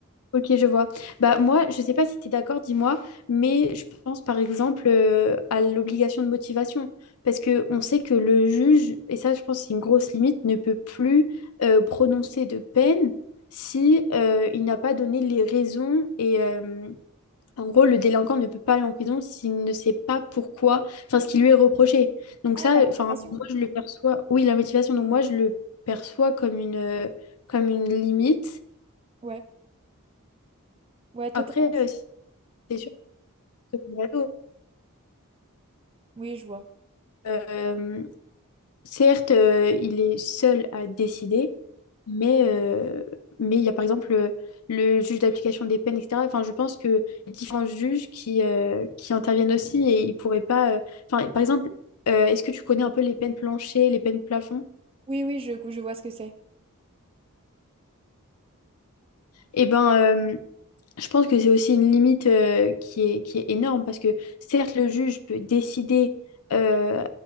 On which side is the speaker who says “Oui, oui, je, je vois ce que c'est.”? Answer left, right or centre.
Right